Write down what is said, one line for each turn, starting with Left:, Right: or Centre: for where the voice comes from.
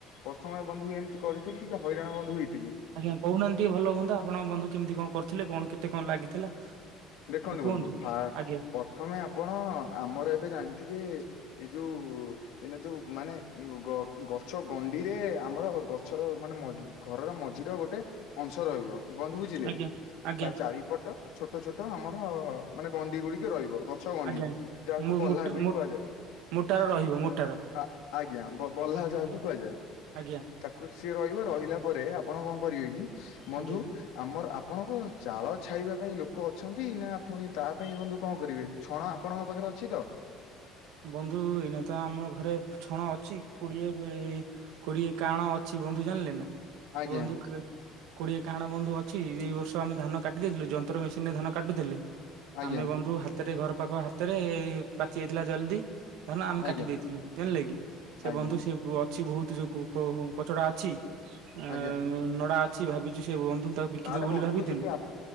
Left: ପ୍ରଥମେ ବନ୍ଧୁ ଏମିତି କରିଥିଲି ଟିକେ ହଇରାଣ ବନ୍ଧୁ ହେଇଥି
Right: ଆଜ୍ଞା କହୁନାହାନ୍ତି ଟିକେ ଭଲ ହୁଅନ୍ତା ଆପଣ ବନ୍ଧୁ କେମିତି କଣ କରିଥିଲେ କଣ କେତେ କଣ ଲାଗିଥିଲା।
Left: ଦେଖନ୍ତୁ
Right: ଟିକେ କୁହନ୍ତୁ?
Left: ବନ୍ଧୁ ଫା
Right: ଆଜ୍ଞା
Left: ପ୍ରଥମେ ଆପଣ ଆମର ଏବେ ଜାଣିଥିବେ ଏଇ ଯୋଉ ଏଇନା ଯୋଉ ମାନେ ଗଛ ଗଣ୍ଡିରେ ଆମର ଗଛର ମାନେ ମ ଘରର ମଝିର ଗୋଟେ ଅଂଶ ରହିବ। ବନ୍ଧ ବୁଝିଲେ।
Right: ଆଜ୍ଞା ଆଜ୍ଞା
Left: ତା ଚାରିପଟ ଛୋଟ ଛୋଟ ଆମର ମାନେ ଗଣ୍ଡି ଗୁଡିକ ରହିବ ବ ଗଛଗଣ୍ଡି
Right: ଆଜ୍ଞା
Left: ଯାହାକୁ
Right: ମୋ-
Left: ବହ୍ଲା
Right: ମୋଟ-
Left: ବି
Right: ମୋଟ-
Left: କୁହାଯାଏ
Right: ମୋଟାର ରହିବ ମୋଟାର
Left: ଆ ଆଜ୍ଞା ବଲ୍ହା ଯାହାକୁ
Right: ଆଜ୍ଞା
Left: କୁହାଯାଏ।
Right: ଆଜ୍ଞା
Left: ତାକୁ ସିଏ ରହିବ ରହିଲା ପରେ ଆପଣ କଣ କରିବେ କି ବନ୍ଧୁ
Right: ଆଜ୍ଞା।
Left: ଆମର ଆପଣଙ୍କ ଚାଳ ଛାଇବା ପାଇଁ ଲୋକ ଅଛନ୍ତି ନା ପୁଣି ତା ପାଇଁ ବନ୍ଧୁ କଣ କରିବେ ଛଣ ଆପଣଙ୍କ ପାଖରେ ଅଛି ତ?
Right: ବନ୍ଧୁ ଏଇନା ତ ଆମ ଘରେ ଛଣ ଅଛି କୋଡିଏ ଏ କୋଡିଏ କାଣ ଅଛି ବନ୍ଧୁ ଜାଣିଲେ ନା ସେ
Left: ଆଜ୍ଞା
Right: ବନ୍ଧୁ‌ କା କୋଡ଼ିଏ କାହାଣ ବନ୍ଧୁ ଅଛି ଏଇ ବର୍ଷ ଆମେ ଧାନ କାଟି ଦେଇଥିଲୁ ଯନ୍ତ୍ର ମେସିନ ରେ ଧାନ କାଟିଦେଲେ।
Left: ଆଜ୍ଞା
Right: ଆମେ ବନ୍ଧୁ ହାତରେ ଘର ପାଖ ହାତରେ ଏଇ ପାଚି ଯାଇଥିଲା ଜଲଦି ଧାନ ଆମେ
Left: ଆଜ୍ଞା
Right: କାଟି
Left: ଆଜ୍ଞା
Right: ଦେଇଥିଲୁ ଜାଣିଲେ କିି ସେ
Left: ଆଜ୍ଞା
Right: ବନ୍ଧୁ ସେ ଅଛି ବହୁତ ଯୋଉ କଚ କଚଡା ଅଛି ଅ
Left: ଆଜ୍ଞା
Right: ନଡା ଅଛି ଭାବିଛୁ ସେ ବନ୍ଧୁ ତାକୁ ବିକିଦବୁ
Left: ତାହେଲେ
Right: ବୋଲି
Left: ବନ୍ଧୁ
Right: ଭାବିଥିଲୁ
Left: ଯଦି ଆ